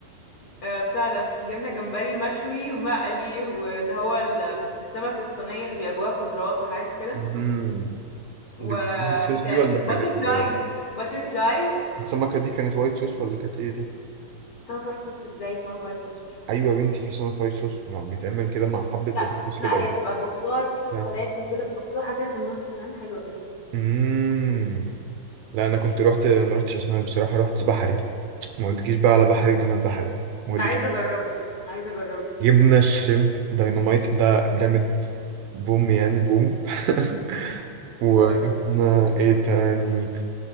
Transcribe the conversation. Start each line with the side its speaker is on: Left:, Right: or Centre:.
Left: آه، بتاع ده جبنا جمبري مشوي ومقلي واللي هو ال- السمك الصينية اللي بيبقى جواه خضروات وحاجات كده
Right: امم
Left: وايه
Right: دي بالوايت صوص دي
Left: تاني
Right: ولا كانت
Left: باتر فلاي
Right: آه،
Left: باتر فلاي
Right: السمكه دي كانت وايت صوص ولا كانت ايه دي
Left: سمكة وايت صوص ازاي سمكة وايت صوص مش فاهمة
Right: ايوه يا بنتي في سمك وايت صوص مع- بيتعمل كده مع حبه بطاطس
Left: لا لا
Right: كده او
Left: هي بتبقى بخضار كده
Right: يعني
Left: وفلافل كده مفتوحة كده في النص فاهم حلوة كده
Right: امم لا انا كنت رحت ما رحتش اسماك بصراحه رحت بحري ما قلتلكيش بقى على بحري وجمال بحري ما قلتلك
Left: عايزة اجربه عايزة اجربه
Right: جبنا شريمب دايناميت ده جامد بوم يعني بوم <laughs> وجبنا
Left: عايزة اجربه
Right: ايه تاني